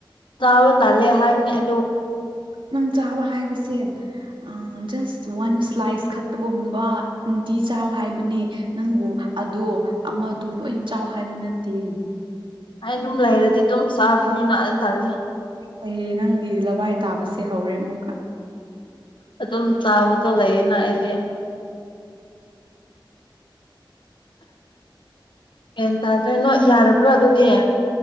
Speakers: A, on the left (about 70°); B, on the right (about 75°).
A: ꯇꯥꯕ ꯇꯥꯜꯂꯦ ꯍꯥꯏꯕꯅꯦ ꯑ
B: ꯅꯪ ꯆꯥꯕ ꯍꯥꯏꯕꯁꯦ ꯑ ꯖꯁ ꯋꯥꯟ ꯁ꯭ꯂꯥꯏꯁ ꯈꯛꯇꯒꯨꯝꯕ ꯅꯨꯡꯇꯤ ꯆꯥꯎ ꯍꯥꯏꯕꯅꯦ ꯅꯪꯕꯨ ꯑꯗꯣ ꯑꯃꯗꯣ ꯂꯣꯏ ꯆꯥꯎ ꯍꯥꯏꯕ ꯅꯠꯇꯦ
A: ꯑꯩ ꯑꯗꯨꯝ ꯂꯩꯔꯗꯤ ꯑꯗꯨꯝ ꯆꯥꯕꯅꯤꯅ ꯇꯜꯂꯦ
B: ꯍ ꯅꯪꯒꯤ ꯂꯋꯥꯏ ꯇꯥꯕꯁꯦ ꯍꯧꯔꯦ ꯑꯃꯨꯛꯀ
A: ꯑꯗꯨꯝ ꯆꯥꯕꯗꯣ ꯂꯩꯅ ꯑꯩꯗꯤ ꯍꯌꯥꯟ ꯇꯥꯗ꯭ꯔꯦ ꯅꯣ ꯌꯥꯔꯕ꯭ꯔꯣ ꯑꯗꯨꯗꯤ